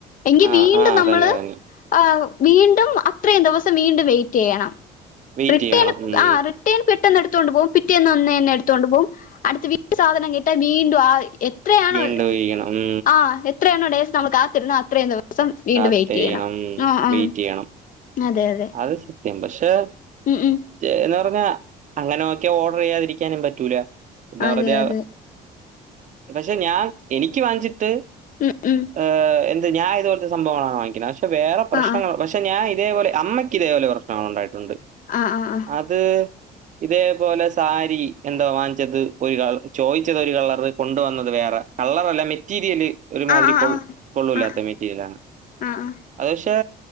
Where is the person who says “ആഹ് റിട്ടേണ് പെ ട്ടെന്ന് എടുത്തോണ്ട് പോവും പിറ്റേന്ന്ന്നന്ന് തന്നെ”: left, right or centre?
Left